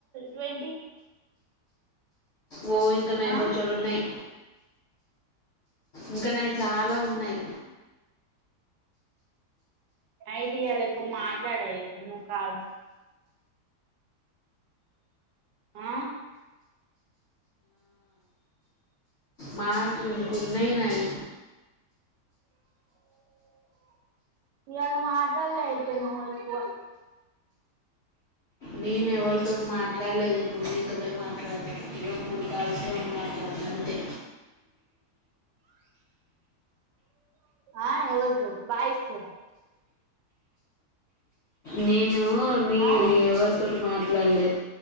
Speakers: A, on the right; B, on the left.
A: ట్వంటీ
B: ఓ ఇంకా నాయి
A: ఆ
B: బొచ్చడున్నయ్ ఇంకా చాలా ఉన్నాయి
A: ఐడియా లేకు మాట్లాడయేది నువ్ కాల్ ఆ
B: మాకు ఇంకున్నయినాయి
A: ఇయాళ మాట్లాడ్లే అయితే <unintelligible>
B: నేనెవళ్తోటి మాట్లాడ్లేదు ఇప్పుడు నీతోటే మాట్లాడతాను రొండు, మూడు కాల్స్లో మాట్లాడత అంతే.
A: ఆ ఎవ్వలు బాయిస్ తోనా
B: నీ నో నీ
A: ఆ
B: ఎవరితోటి మాట్ ట్లాడలేదు